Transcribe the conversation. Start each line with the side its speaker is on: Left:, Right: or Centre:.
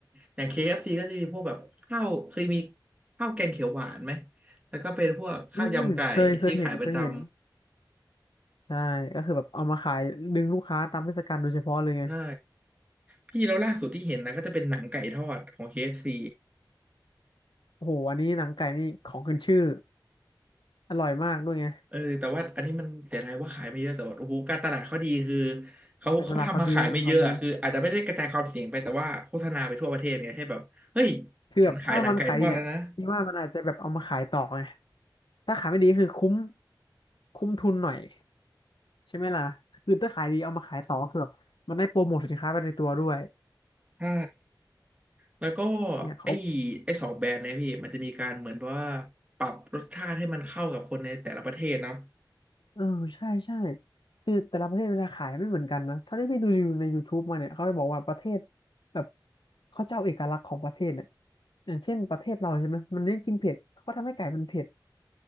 Right: อย่าง k ซ c ก็จะมีพวกแบบข้าวเคยมีข้าวแกงเขียวหวานไหมแล้วก็เป็นพวกข้าวยำไก่ที่ขายประจำ
Left: อืมอืมเคยเคยเห็นเคยเห็นใช่ก็คือแบบเอามาขายดึงลูกค้าตามเทศกาลโดยเฉพาะเลยไง
Right: ใช่พี่แล้วล่าสุดที่เห็นนะก็จะเป็นหนังไก่ทอดของ KFC
Left: โอ้โหอันนี้หนังไก่นี่ของขึ้นชื่ออร่อยมากด้วยไง
Right: เออแต่ว่าอันนี้มันเสียดายว่าขายไม่เยอะแต่ว่าโอ้โหการตลาดเขาดีคือเขาเขาทำมาขายไม่เยอะอะคืออาจจะไม่ได้กระจายความเสี่ยงไปแต่ว่าโฆษณาไปทั่วประเทศไงให้แบบเฮ้ย
Left: การตลาดเขาดีการตลาดเขาดี คือแบบถ้ามันขายดีเนี่ยพี่ว่ามันอาจจะแบบเอามาขายต่อไง
Right: ฉันขายหนังไก่ทอดแล้วนะ
Left: ถ้าขายไม่ดีคือคุ้มคุ้มทุนหน่อยใช่ไหมล่ะคือถ้าขายดีเอามาขายต่อคือแบบมันได้โปรโมทสินค้าไปในตัวด้วย
Right: ใช่แล้วก็
Left: เนี่ยเขา
Right: ไอ้ไอ้สองแบรนด์เนยพี่มันจะมีการเหมือนแบบว่าปรับรสชาติให้มันเข้ากับคนในแต่ละประเทศเนาะ
Left: เออใช่ใช่คือแต่ละประเทศเวลาขายไม่เหมือนกันนะถ้าได้ไปดูรีวิวใน YouTube มาเนี่ยเขาจะบอกว่าประเทศแบบเขาจะเอาเอกลักษณ์ของประเทศเนี่ยอย่างเช่นประเทศเราใช่ไหมมันเน้นกินเผ็ดเขาก็ทำให้ไก่มันเผ็ด